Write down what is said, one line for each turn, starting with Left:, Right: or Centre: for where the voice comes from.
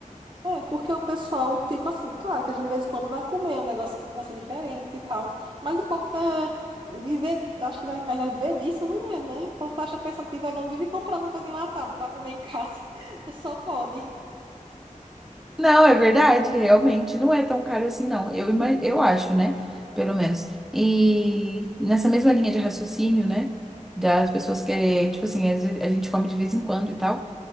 Right: É, porque o pessoal, tipo assim, claro que a gente de vez em quando vai comer um negócio assim diferente e tal, mas o povo quer viver, acho que vai, vai viver disso, não é, né? O povo tá achando, pensando que vegano vive comprando coisa enlatada pra comer em casa, <laughs> só pode.
Centre: Não, é verdade, realmente. Não é tão caro assim, não. Eu, ima- eu acho, né? Pelo menos. E nessa mesma linha de raciocínio, né? Das pessoas que, tipo assim, às vezes a gente come de vez em quando e tal.